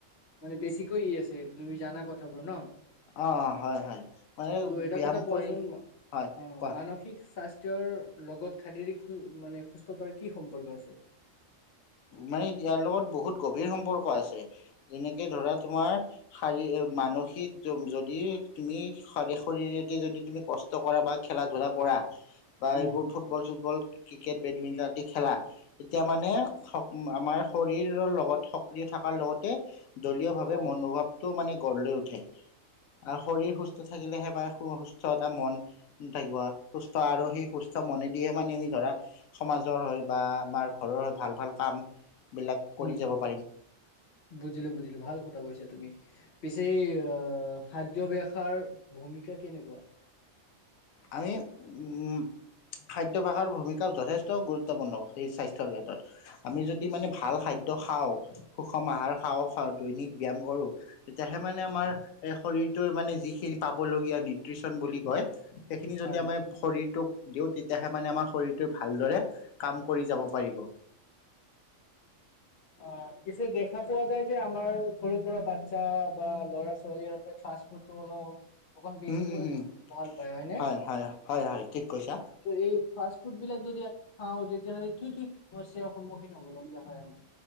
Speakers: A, on the left (about 55°); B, on the left (about 85°).
A: মানে বেছিকৈ ই আছে তুমি জানা কথাবোৰ ন
B: অ অ হয় হয় মানে
A: ত' এটা
B: ব্যায়াম
A: কথা কোৱাচোন
B: কৰি হয়
A: অ
B: কোৱা
A: মানসিক স্বাস্থ্যৰ লগত শাৰীৰিক মানে সুস্থতাৰ কি সম্পৰ্ক আছে
B: মানে ইয়াৰ লগত বহুত গভীৰ সম্পৰ্ক আছে যেনেকে ধৰা তোমাৰ শাৰী মানসিক যদি তুমি শাৰ শৰীৰেদি যদি তুমি কষ্ট কৰা বা খেলা ধূলা কৰা বা
A: উম
B: এইবোৰ ফুটবল চুটবল ক্ৰিকেট বেডমিন্টন আদি খেলা তেতিয়া মানে আমাৰ শৰীৰৰ লগত সক্ৰিয় থকাৰ লগতে দলীয় ভাৱে
A: অ
B: মনোভাৱ টো মানে গঢ় লৈ উঠে আৰু শৰীৰ সুস্থ থাকিলেহে মে সুস্থ এটা মন থাকিব সুস্থ আৰু সেই সুস্থ মনেদিহে মানে আমি ধৰা সমাজৰ হৈ বা আমাৰ ঘৰৰ হয় ভাল ভাল কাম বিলাক কৰি
A: উম
B: যাব পাৰিম
A: বুজিলো বুজিলো ভাল কথা কৈছা তুমি পিছে এই অহ খাদ্যভ্যাসাৰ ভূমিকা কেনেকোৱা
B: আমি উ খাদ্যাভ্যাসৰ ভূমিকা যথেষ্ট গুৰুত্বপূৰ্ণ সেই স্বাস্থ্যৰ ক্ষেত্ৰত আমি যদি মানে ভাল খাদ্য খাওঁ সুষম আহাৰ খাওঁ দৈনিক ব্যায়াম কৰো তেতিয়াহে মানে আমাৰ এই শৰীৰটোৰ মানে যিখিনি পাবলগীয়া নিউট্ৰিচন বুলি কয় সেইখিনি যদি
A: হয়
B: আমাৰ শৰীৰটোক দিও তেতিয়াহে মানে আমাৰ শৰীৰটোয়ে ভালদৰে কাম কৰি যাব পাৰিব
A: অ পিছে দেখাত পোৱা যায় যে আমাৰ সৰু সৰু বাচ্ছা বা ল'ৰা ছোৱালীহতে ফাষ্ট ফুডটো অলপ অকন বেছিকৈ
B: উম, উম, উম,
A: ভাল পায় হয়নে
B: হয়, হয়, হয়, হয়, ঠিক কৈছা।
A: ত এই ফাষ্ট ফুড বিলাক যদি আমি খাওঁ তেতিয়াহ'লে কি কি সমস্যাৰ সন্মুখীন হ'বলগীয়া হয় আমি